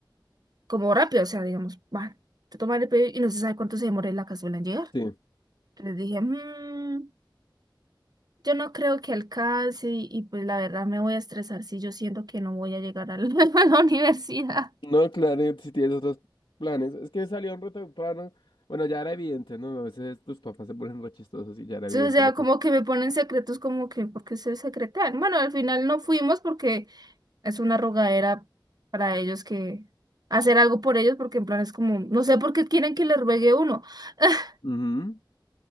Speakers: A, on the right; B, on the left.
A: como rápido, o sea, digamos, bueno te toman el pedido y no se sabe cuánto se demora la cazuela en llegar.
B: Sí.
A: Entonces dije, "Mm, yo no creo que alcance y, y, pues la verdad me voy a estresar si yo siento que no voy a llegar a la, <laughs> a la universidad.
B: No, claro, y si tienes otros planes. Es que salió un rato temprano. Bueno, ya era evidente, ¿no? A veces tus papás se ponen re chistosos y ya era evidente,
A: Entonces, o sea,
B: loco.
A: como que me ponen secretos como que, ¿por qué se secretean Bueno, al final no fuimos porque es una rogadera para ellos que hacer algo por ellos porque en plan es como, no sé por qué quieren que les ruegue uno. <laughs>
B: Ujú.